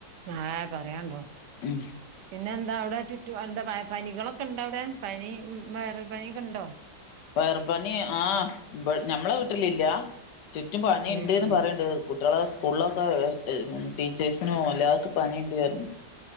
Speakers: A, on the right; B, on the left.
A: ഏഹ് പറയാണ്ടോ
B: ഉം
A: പിന്നെ എന്താ അവിടെ ചുറ്റു എന്താ വൈ പനികളൊക്കെ ഇണ്ടാവിടെ പനി വൈറൽ പനി ക്കെ ഇണ്ടോ
B: വൈറൽപ്പനി ആഹ് ഇബ് ഞമ്മളെ വീട്ടിലില്ല ചുറ്റും പനിണ്ട്ന്ന്
A: ഉം ഉം
B: പറയ്ണ്ട് കുട്ടികളെ സ് സ്കൂളൊക്കെ ടീച്ചേഴ്സിനും എല്ലാവർക്കും പനിണ്ട് പർഞ്ഞ്